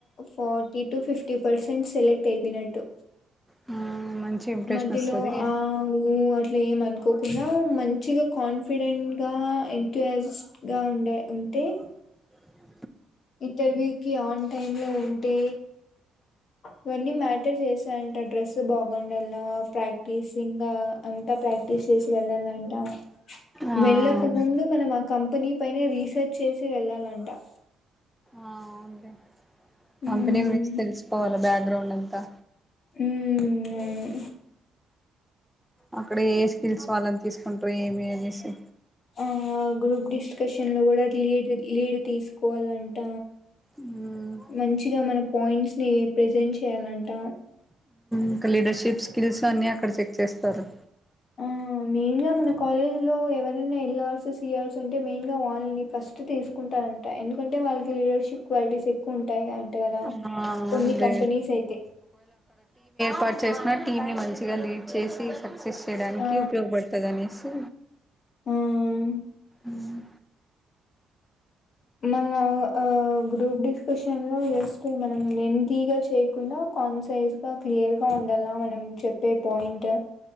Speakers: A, on the left (about 60°); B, in the centre.
A: forty to fifty percent select అయిపోయిన నెట్టు
B: ఆ మంచి ఇంప్రెషన్
A: మధ్యలో
B: వస్తది
A: ఆ ఊ అట్లే ఏం అనుక్ కోకుండా మంచిగా కాన్ఫిడెంట్ గా ఎంట్యుయక్సిజ్ గా ఉండే ఉంటే
B: <unintelligible>
A: ఇంటరవ్యూకి ఆన్ టైములో ఉంటే ఇవన్నీ మ్యాటర్ చేసా ఆ డ్రెస్ బాగుండాలి ఆ ప్రాక్టీస్ ఇంగా అంతా ప్రాక్టీస్ చేసి వెళ్ళాలంటా
B: ఆ
A: వెళ్ళక
B: అవును.
A: ముందు మనం ఆ కంపెనీ పైనే రీసెర్చ్ చేసి వెళ్ళాలంటా
B: ఆ అవున్లే
A: మ్మ్
B: కంపెనీ గురించి తెలుసుకోవాలా బ్యాగ్రౌండ్ అంతా
A: ఉమ్ అవును
B: అక్కడ ఏ స్కిల్స్ వాళ్ళని తీసుకుంటారు ఏమి అనేసి
A: ఆ గ్రూప్ డిస్కషన్ లో కూడా లీడ్ లీడు తీసుకోవాలంట
B: ఉమ్
A: మంచిగా మన పాయింట్స్ని ప్రెజెంట్ చేయాలంట
B: ఇంకా లీడర్షిప్ స్కిల్స్ అన్నీ అక్కడ చెక్ చేస్తారు
A: ఆ మెయిన్ గా మన కాలేజీ లో ఎవరైనా వెళ్లర్ సిఆర్స్ అంటే మెయిన్ గా వాళ్ళని ఫస్ట్ తీసుకుంట అంట ఎందుకంటే వాళ్ళకి లీడర్షిప్ క్వాలిటీస్ ఎక్కువ ఉంటాయి అంట కదా
B: అవునా అవునులే
A: కొన్ని కంపెనీస్ అయితే
B: పర్ చేసిన టీం ని మంచిగా లీడ్ చేసి సక్సెస్ చేయడానికి
A: ఆ
B: ఉపయోగపడుతుంది అనేసి
A: ఆ
B: ఉమ్
A: మళ్ళ ఆ గ్రూప్ డిస్కషన్ లో జస్ట్ మనం మెంతి గా చేయకుండా కాన్సైస్ గా క్లియర్ గా ఉ దెలా మనం చెప్పే పాయింట్